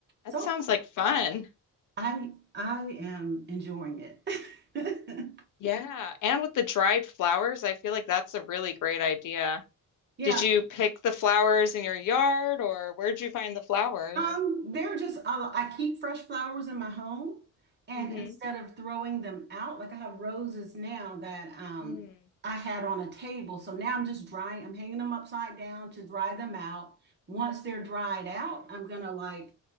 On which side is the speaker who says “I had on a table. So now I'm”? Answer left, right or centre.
Right